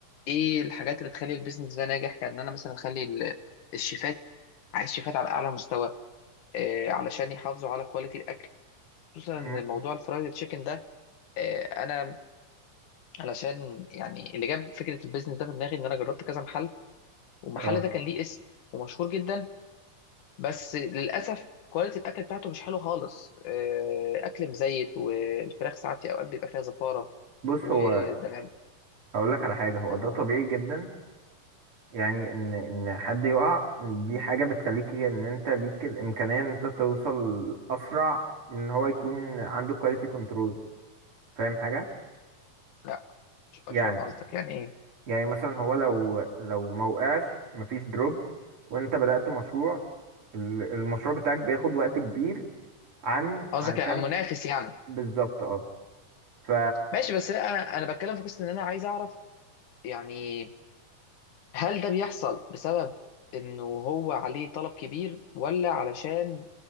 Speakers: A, on the left; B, on the right.
A: ايه الحاجات اللي تخلي البيزنس ده ناجح كان انا مثلا اخلي ال- الشيفات عايز شيفات على اعلى مستوى آه، علشان يحافظوا على كواليتي الاكل خصوصا
B: مهم.
A: موضوع الفرايد تشيكن ده آه، انا علشان يعني اللي جاب فكره البيزنس ده في دماغي ان انا جربت كذا محل والمحل
B: اه
A: ده كان ليه اسم ومشهور جدا بس للاسف كواليتي الاكل بتاعته مش حلو خالص آه، اكل مزيت والفراخ ساعات في اوقات بيبقى فيها زفاره
B: بص
A: وده
B: هو
A: انا
B: هقول لك على حاجة هو
A: أنا
B: ده
A: اقول
B: طبيعي جدا يعني ان ان حد يقع دي حاجة بتخليك ان انت ليك الامكانية ان انت توصل اسرع من ان هو يكون عنده كواليتي كنترول فاهم حاجة
A: لا مش
B: يعني
A: مش فاهم قصدك يعني ايه
B: يعني مثلا هو لو لو ما وقعش مفيش دروب وانت بدأت مشروع ال- المشروع بتاعك بياخد وقت كبير عن
A: قصدك
B: علشان
A: على المنافس يعني
B: بالظبط اه ف
A: ماشي بس لا انا أنا بتكلم في قصه ان انا عايز اعرف يعني هل ده بيحصل بسبب انه هو عليه طلب كبير ولا علشان